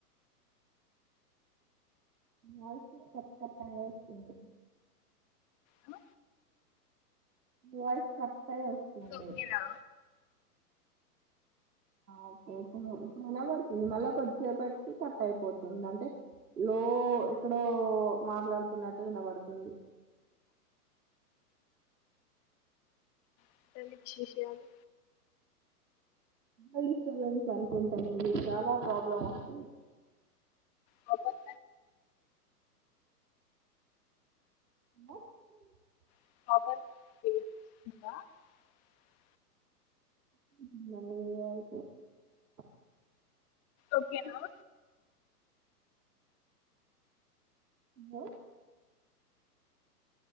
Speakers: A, on the right; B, on the left.
A: వాయిస్ కట్ కట్ అయి వస్తుంది
B: హ
A: వాయిస్ కట్ అయ్యి వస్తుంది
B: ఓకేనా
A: ఓకే ఇ ఇప్పుడు వినబడుతుంది మళ్ళా కొద్దిసేపటికి కట్ అయిపోతుంది అంటే లో ఎక్కడో మాట్లాడుతున్నట్టు వినబడుతుంది
B: ఇంకేంటి విశేషాలు
A: ల్ డిస్టర్బెన్స్ అనుకుంటాం ఇది చాలా ప్రాబ్లం వస్తుంది
B: కాపర్
A: <unintelligible>
B: <unintelligible>
A: <unintelligible>
B: ఓకేనా
A: హలో